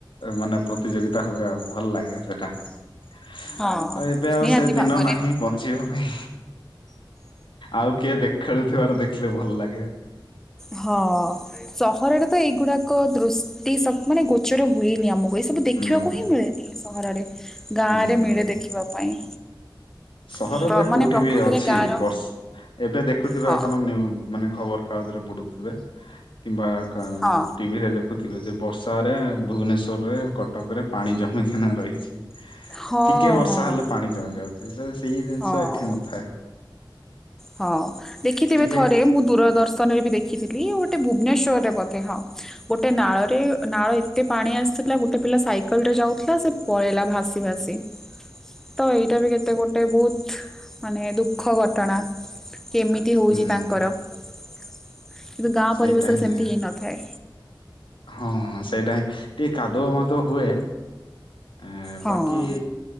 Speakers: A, on the left; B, in the centre.
A: ମାନେ ପ୍ରତିଯୋଗିତା ହୁଏ ଆଉ। ଭଲ ଲାଗେ ସେଟା ତ
B: ହଁ
A: ଏବେ ଆଉ
B: ନିହାତି
A: ସେ ଦିନ
B: ଭାବରେ।
A: ନାହିଁ। ଚିବା ପାଇଁ ଆଉ କିଏ ଦେ ଖେଳୁଥିବାର ଦେଖିଲେ ଭଲ ଲାଗେ।
B: ହଁ ସହରରେ ତ ଏଇଗୁଡାକ ଦୃଷ୍ଟି ସବ ମାନେ ଗୋଚର ହୁଏନି ଆମ ହୁଏ ସବୁ ଦେଖିବାକୁ
A: ହୁଁ ହୁଁ
B: ହିଁ ମିଳେନି ସହରରେ ଗାଁ
A: ହୁଁ
B: ରେ ମିଳେ ଦେଖିବା ପାଇଁ।
A: ସହରରେ
B: ପ୍ର ମାନେ
A: କୋଉଠି
B: ପ୍ରକୃତରେ
A: ବି ଅଛି
B: ଗାଁର
A: ବର୍ଷ ଏବେ ଦେଖୁଥିବେ
B: ହଁ
A: ଆପଣ ନି ମାନେ ଖବର କାଗଜରେ ପଡୁଥିବେ କିମ୍ବା
B: ହଁ।
A: ଟିଭିରେ ଦେଖୁଥିବେ ଯେ ବର୍ଷାରେ ଭୁବନେଶ୍ବରରେ କଟକ ରେ ପାଣି ଜମିଚିନା ରହିଚି?
B: ହଁ
A: ଟିକେ ବର୍ଷା
B: ହଁ
A: ହେଲେ ପାଣି ଜମି ଯାଉଚି ସେ ସେଇ ଜିନିଷ
B: ହଁ।
A: ଏଠି ନଥାଏ।
B: ହଁ ଦେଖିଥିବେ
A: ଟିକେ
B: ଥରେ ମୁଁ ଦୂରଦର୍ଶନ ରେ ବି ଦେ ଖିଥିଲି ଗୋଟେ ଭୁବନେଶ୍ୱରରେ ବୋଧେ ହଁ ଗୋଟେ ନାଳରେ ନାଳ ଏତେ ପାଣି ଆସିଥିଲା ଗୋଟେ ପିଲା ସାଇକେଲ ରେ ଯାଉଥିଲା ସେ ପଳେଇଲା ଭାସି ଭାସି। ତ ଏଇଟା ବି କେତେ ଗୋଟେ ବହୁତ ମାନେ ଦୁଃଖ ଘଟଣା। କେମିତି ହଉଛି
A: ହୁଁ
B: ତାଙ୍କର କିନ୍ତୁ ଗାଁ
A: ସେଇଟା
B: ପରିବେଶରେ
A: ହିଁ
B: ସେମିତି ହେଇ ନଥାଏ।
A: ହଁ ସେଇଟା ହଁ ଟିକେ କାଦୁଅ ମଦୁଅ ହୁଏ। ଆ
B: ହଁ।
A: ବାକି